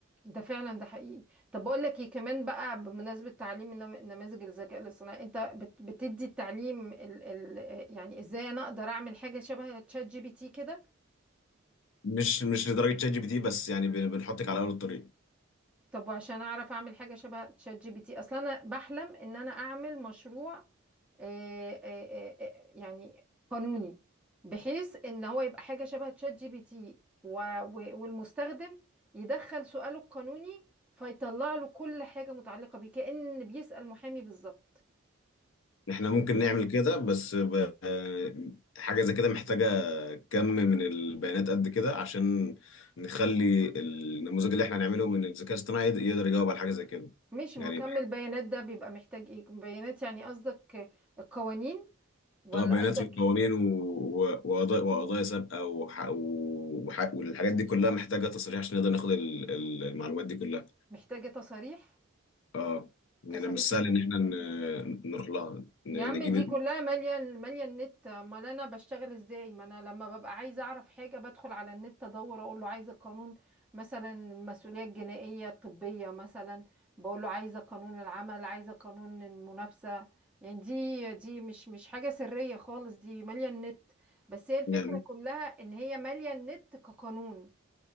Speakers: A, in the centre; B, on the left (about 65°).
A: ده فعلا ده حقيقي طب بقول لك ايه كمان بقى بمناسبة تعليم النم- نماذج الذكاء الاصطناعي انت بت- بتدي التعليم ال ال يعني ازاي انا اقدر اعمل حاجة شبه تشات جي بي تي كده
B: مش مش لدرجه شات جي بي تي بس يعني بن- بنحطك على اول الطريق
A: طب وعشان اعرف اعمل حاجه شبه تشات جي بي تي اصلا انا بحلم ان انا اعمل مشروع آه، آه، آه، آه، يعني قانوني بحيث ان هو يبقى حاجه شبه تشات جي بي تي و- و- والمستخدم يدخل سؤاله القانوني فيطلع له كل حاجه متعلقه بيه كأن بيسأل محامي بالظبط
B: احنا ممكن نعمل كده بس ب- آه، حاجه زي كده محتاجه كم من البيانات قد كده عشان نخلي النموذج اللي احنا هنعمله من الذكاء الاصطناعي يقدر يجاوب على حاجه زي كده
A: مش
B: يعني
A: مكمل بيانات ده بيبقى محتاج ايه بيانات يعني قصدك القوانين ولا
B: اه بيانات
A: قصدك
B: والقوانين
A: إيه؟
B: و- و- وقضايا وقضايا سابقه وح... وح... والحاجات دي كلها محتاجه تصريح عشان نقدر ناخد ال- ال- المعلومات دي كلها
A: محتاجه تصاريح
B: اه يعني
A: تصاريح
B: مش سهل
A: من
B: ان
A: مين
B: احنا ن- نروح لها ن-
A: يا عم
B: نجيب
A: دي كلها مالية مالية النت امال انا بشتغل ازاي ما انا لما ببقى عايزة اعرف حاجة بدخل على النت ادور اقول له عايزة قانون مثلا المسؤولية الجنائية الطبية مثلا بقول له عايزة قانون العمل عايزة قانون المنافسة يعني دي دي مش مش حاجة سرية خالص دي مالية النت بس هي الفكرة
B: يعني
A: كلها ان هي مالية النت كقانون